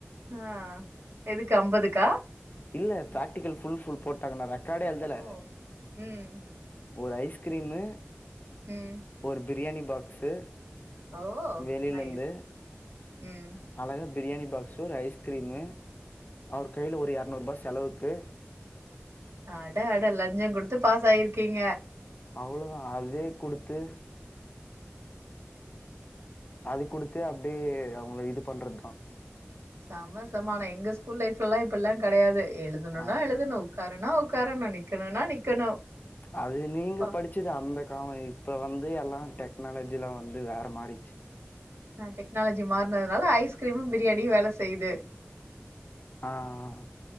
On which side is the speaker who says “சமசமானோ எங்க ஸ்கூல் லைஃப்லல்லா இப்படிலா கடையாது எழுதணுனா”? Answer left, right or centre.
Right